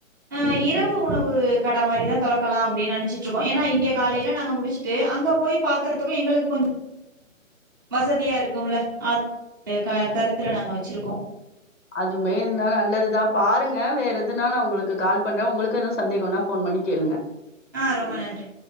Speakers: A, on the right (about 15°); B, on the left (about 65°).
A: ஆ இரவு உணவு கட மாரிதா தொறக்கலா அப்டின்னு நெனைச்சிட்ருக்கோ ஏன்னா இங்க காலையில நாங்க முடிச்சுட்டு அங்க போய் பாக்குறதுக்கு எங்களுக் கொஞ் வசதியா இருக்கும்ல அ க கருத்துல நாங்க வச்சிருக்கோ
B: அதுமே இருனா நல்லதுதா பாருங்க வேற எதுன்னா நா உங்களுக்கு கால் பண்றே உங்களுக்கு எது சந்தேகம்னா போன் பண்ணி கேளுங்க
A: ஆ ரொம்ப நன்றி